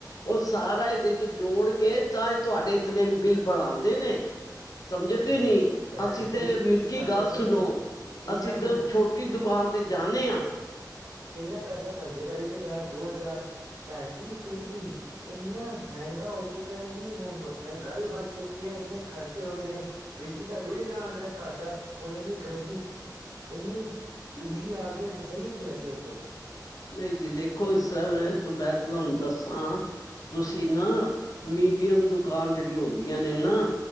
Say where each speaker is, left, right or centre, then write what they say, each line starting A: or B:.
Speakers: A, on the left; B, on the right.
A: ਉਹ ਸਾਰਾ ਇਹਦੇ ਚ ਜੋੜ ਕੇ ਤਾਂ ਤੁਹਾਡੇ ਬਿੱਿਲ ਬਣਾਉਂਦੇ ਨੇ ਸਮਝੋ ਕਿ
B: ਭੈਣ
A: ਨਹੀਂੀ
B: ਭੈਣ
A: ਅਸੀਂ ਤੇ
B: ਜੀ
A: ਵੀਰ ਜੀ
B: ਘੱਟੋ
A: ਗੱਲ
B: ਘੱਟ
A: ਸੁਣੋ
B: ਕਿੰਨਾ
A: ਅਸੀਂ ਤੇ
B: ਬਿੱਲ
A: ਛੋਟੀ ਦੁਕਾਨ ਤੇ ਜਾਂਦੇ ਹਾਂ
B: ਕਿੰਨਾ ਪੈਸਾ ਘੱਟ ਜਾੇਗਾ ਇੱਕ ਹਜ਼ਾਰ ਦੋ ਹਜ਼ਾਰ ਭੈਣ ਜੀ ਫਿਰ ਵੀ ਇੰਨਾ ਮਹਿੰਗਾ ਹੋ ਚੁੱਕਾ ਹੈ ਇੰਨੀ ਮਹ ਮਹਿੰਗਾਈ ਵੱਧ ਚੁੱਕੀ ਹੈ ਇੰਨੇ ਖਰਚੇ ਹੋ ਗਏ ਨੇ ਬਿਜਲੀ ਦਾ ਬਿੱਲ ਨਾ ਆਉਂਦਾ ਘਟਦਾ ਹੁਣ ਇੰਨੀ ਗਰਮੀ ਇੰਨੀ ਬਿਜਲੀ ਆ ਗਈ ਹੈ ਸਹੀ ਕਿ ਵੈਸੇ ੋਂ
A: ਨਹੀਂ ਜੀ ਦੇਖੋ ਇਸ ਤਰ ਮੈਂ ਤੁਹਾਨੂੰ ਦੱਸਾਂ ਤੁਸੀਂ ਨਾ ਮੀਡੀਅਮ ਦੁਕਾਨ ਜਿਹੜੀਆਂ ਹੁੰਦੀਆਂ ਨੇ ਨਾ